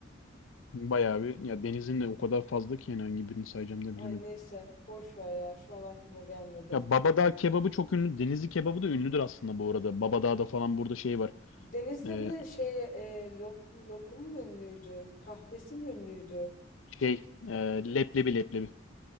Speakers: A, on the left (about 85°); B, on the left (about 45°).
A: Bayağı bir. Ya denizin de o kadar fazla ki yani hangi birini sayacağım da
B: Ay
A: bilemedim.
B: neyse boş ver ya şu an aklıma gelmedi.
A: Ya Babadağ kebabı çok ünlü. Denizli kebabı da ünlüdür aslında bu arada. Babadağ'da falan burada şey var.
B: Deniz'de
A: E,
B: bir de şey e, lokum, lokum mu ünlüydü? Kahvesi mi ünlüydü?
A: şey e, leblebi leblebi.